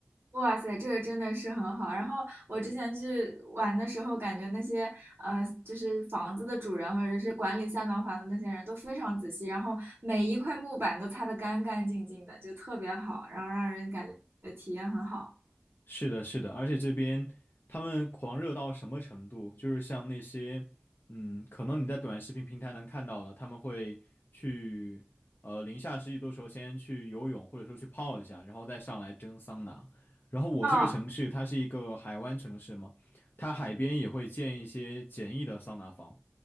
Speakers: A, on the right; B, on the left.
A: 哇塞，这个真的是很好。然后我之前去玩的时候，感觉那些呃，就是房子的主人或者是管理三套房的那些人都非常仔细，然后每一块木板都擦得干干净净的，就特别好，然后让人感觉体验很好。
B: 是的，是的，而且这边他们狂热到什么程度？就是像那些，嗯，可能你在短视频平台能看到的，他们会去，呃，零下十几度的时候先去游泳，或者说去泡一下，然后再上来蒸桑拿。然后我这个城市它是一个海湾城市嘛，
A: 啊。
B: 它海边也会建一些简易的桑拿房。